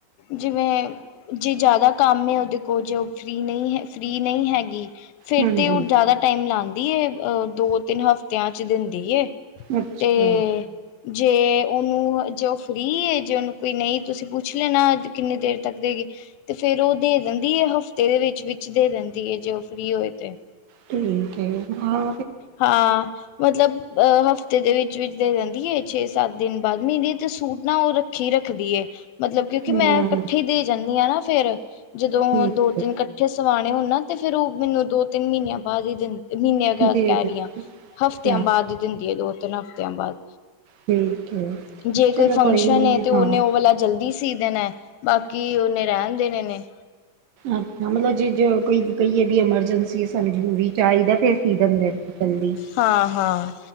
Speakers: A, on the left (about 80°); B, on the right (about 70°).
A: ਜਿਵੇਂ ਜੇ ਜ਼ਿਆਦਾ ਕੰਮ ਉਹਦੇ ਕੋਲ ਜੇ ਉਹ ਫਰੀ ਨਹੀਂ ਹੈ ਫ੍ਰਰੀ ਨਹੀਂ ਹੈਗੀ ਫੇਰ
B: ਹਾਂਜੀ
A: ਤੇ ਉਹ ਜ਼ਿਆਦਾ ਟਾਈਮ ਲਾਂਦੀ ਏ ਅਹ ਦੋ-ਤਿੰਨ ਹਫਤਿਆਂ ਚ ਦਿੰਦੀ ਏ।
B: ਅੱਛਾ
A: ਤੇ ਜੇ ਉਹਨੂੰ ਜੇ ਉਹ ਫ੍ਰਰੀ ਏ। ਜੇ ਉਹਨੂੰ ਕੋਈ ਨਹੀਂ ਤੁਸੀਂ ਪੁੱਛ ਲੈਣਾ ਕਿੰਨੀ ਦੇਰ ਤੱਕ ਦੇਗੀ? ਤੇ ਫੇਰ ਉਹ ਦੇ ਦਿੰਦੀ ਹੈ ਹਫ਼ਤੇ ਦੇ ਵਿੱਚ-ਵਿੱਚ ਦੇ ਦਿੰਦੀ ਹੈ ਜੇ ਉਹ ਫ੍ਰਰੀ ਹੋਏ ਤੇ।
B: ਠੀਕ ਏ ਆ
A: ਹਾਂ ਮਤਲਬ ਅ ਹਫ਼ਤੇ ਦੇ ਵਿੱਚ-ਵਿਚ ਦੇ ਦਿੰਦੀ ਏ ਛੇ-ਸੱਤ ਦਿਨ ਬਾਦ ਮੇਰੇ ਤੇ ਸੂਟ ਨਾ ਉਹ ਰੱਖੀ ਰੱਖਦੀ ਏ। ਮਤਲਬ ਕਿਉਂਕਿ
B: ਹਾਂ
A: ਮੈਂ ਇਕੱਠੇ ਦੇ ਜਾਂਣੀ ਹਾਂ ਨਾ ਫੇਰ ਜਦੋਂ
B: ਠੀਕ
A: ਦੋ-
B: ਹੈ
A: ਤਿੰਨ ਥੇ ਸਵਾਣੇ ਹੋਣ ਨਾ ਤੇ ਫੇਰ ਉਹ ਮੈਨੂੰ ਦੋ ਤਿੰਨ ਮਹੀਨਿਆਂ ਬਾਅਦ ਹੀ ਦ ਮਹੀਨੇ ਕਹਿ
B: ਦੇ
A: ਰਹੀ ਹਾਂ ਹਫ਼ਤਿਆਂ
B: ਦਿੱਤਾ
A: ਬਾਦ ਹੀ ਦਿੰਦੀ ਏ ਦੋ-ਤਿੰਨ ਹਫ਼ਤਿਆਂ ਬਾਦ।
B: ਠੀਕ ਹੈ
A: ਜੇ
B: ਚਲੋ
A: ਕੋਈ ਫੰਕਸ਼ਨ
B: ਨੀ
A: ਏ ਤੇ ਉਹਨੇ
B: ਹਾਂ
A: ਉਹ ਵਾਲਾ ਜਲਦੀ ਸੀ ਦੇਣਾ ਬਾਕੀ ਉਹਨੇ ਰਹਿਣ ਦੇਣੇ ਨੇ।
B: ਅੱਛਾ ਮਤਲਬ ਜੇ ਜੋ ਕੋਈ ਕਈਏ ਵੀ ਐਮਰਜੈਂਸੀ ਸਾਨੂੰ ਜ਼ਰੂਰੀ ਚਾਹੀਦਾ ਫੇਰ ਕੀ ਦਿੰਦੇ ਟਿਕਣ ਲਈ।
A: ਹਾਂ-ਹਾਂ।